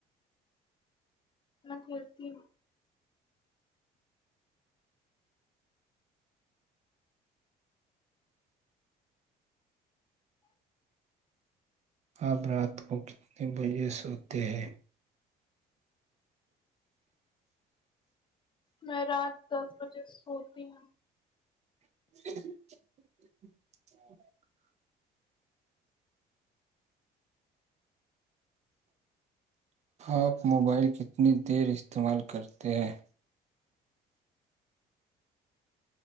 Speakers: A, on the left; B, on the right.
A: میں کھیلتی ہوں
B: آب رات کو کتنے بجے سوتے ہیں
A: میں رات دس بجے سوتی ہوں
B: <inaudible> آپ موبائل کتنی دیر استعمال کرتے ہیں